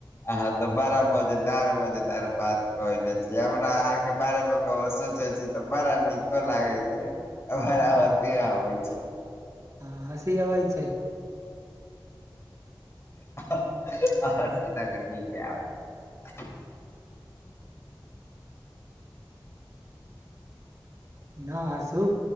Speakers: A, on the left; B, on the right.
A: अहाँ तऽ बड़ा मजेदार मजेदार बात कहयले छी हमरा अहाँके बारेमे कह सोचैत छी तऽ बड़ा नीक। लागे छै अ हमरा हंसी आबय छै।
B: हँ हसी अवइ छै।
A: हा ह हसी तनि आवै छै।
B: न आसू